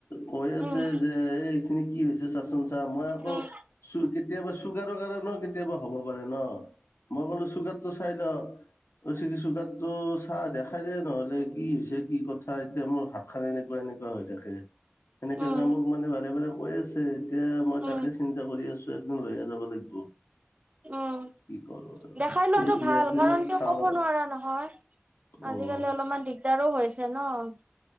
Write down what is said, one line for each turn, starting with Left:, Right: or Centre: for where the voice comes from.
Left: কৈ আছে
Right: উম
Left: যে এই এইখিনি কি হৈছে? <unintelligible> চা মই আকৌ
Right: উম
Left: চু কেতিয়াবা চুগাৰৰ কাৰণে কেতিয়াবা হ'ব পাৰে ন? হলো চুগাৰ টো চাই লৈ। কৈছে কি চুগাৰ চাহ দেখাই যায় নহ'লে কি হৈছে? কি কথা এতিয়া মোৰ হাত খান এনেকুৱা এনেকুৱা হৈ থাকে। সেনেকেে
Right: উম
Left: মোক মানে বাৰে-বাৰে কৈ আছে। এতিয়া মই
Right: উম
Left: তাকে চিন্তা কৰি আছো। একম লৈয়ে যাব লাগিব।
Right: উম,
Left: কি কৰোঁ আৰু
Right: দেখাই লোৱাাতটো
Left: এই দুই
Right: ভাল
Left: একদিনত
Right: কাৰণ কিয়
Left: চাওঁ
Right: কব নোৱাৰা নহয়,
Left: উম।
Right: আজিকালি অলপমান দিগদাৰো হৈছে। যান?